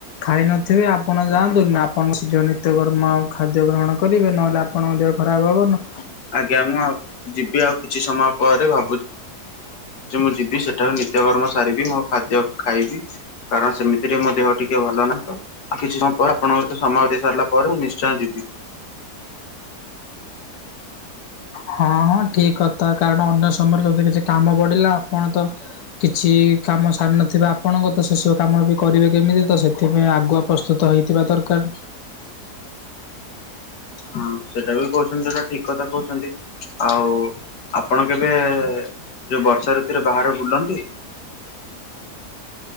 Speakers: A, on the left (about 70°); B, on the left (about 85°).
A: ଖାଇନଥିବେ ଆପଣ ଯାଆନ୍ତୁ ଆପଣ ଶୀଘ୍ର ନିତ୍ୟକର୍ମ ଆଉ ଖାଦ୍ୟ ଗ୍ରହଣ କରିବେ ନହେଲେ ଆ ଆପଣଙ୍କ ଦେହ ଖରାପ ହବ ନ।
B: ଆଜ୍ଞା ମୁଁ ଆଉ ଯିବି, ଆଉ କିଛି ସମୟ ପରେ ଭାବୁ ଚି ମୁଁ ଯିବି ସେଠାରୁ ନିତ୍ୟକର୍ମ ସାରିବି ମୋ ଖାଦ୍ୟ ଖାଇବି। କାରଣ, ସେମିତିରେ ମୋ ଦେହ ଟିକେ ଭଲ ନାହିଁ ତ! ଆଉ କିଛି ସମୟ ପରେ, ଆପଣଙ୍କ ସହିତ ସମୟ ଦେଇ ସାରିଲା ପରେ, ମୁଁ ନିଶ୍ଚୟ ଯିବି।
A: ହଁ ହଁ, ଠିକ୍ କଥା। କାରଣ, ଅନ୍ୟ ସମୟରେ ଯଦି କିଛି କାମ ପଡିଲା, ଆପଣ ତ କିଛି କାମ ସାରିନଥିବେ। ଆପଣଙ୍କ ତ ସେସବୁ କାମ ବି କରିବେ କେମିତି ତ? ସେଥିପାଇଁ ଆଗୁଆ ପ୍ରସ୍ତୁତ ହେଇଥିବା ଦରକାର।
B: ହଁ, ସେଇଟା ବି କହୁଛନ୍ତି, ଯୋଉଟା ଠିକ୍ କଥା କହୁଛନ୍ତି। ଆଉ ଆପଣ କେବେ-ଏ-ଏ- ଯୋଉ ବର୍ଷା ଋତୁରେ, ବାହାରେ ବୁଲନ୍ତି?